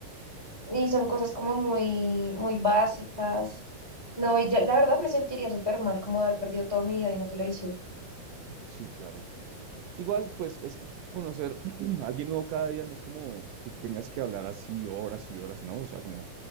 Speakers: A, on the left (about 25°); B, on the right (about 80°).
A: Y son cosas como muy, muy básicas. No, y ya, la verdad me sentiría súper mal como haber perdido todo mi día viendo televisión.
B: Sí, claro. Igual, pues es que conocer <clears throat> a alguien nuevo cada día no es como que tengas que hablar así horas y horas, ¿no? O sea, como